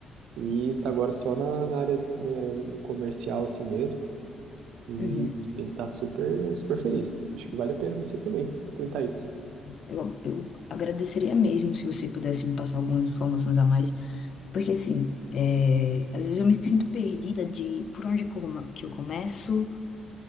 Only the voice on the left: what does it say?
uhum.
Eu, eu agradeceria mesmo se você pudesse me passar algumas informações a mais. Porque assim, é, às vezes eu me sinto perdida de por onde como- que eu começo,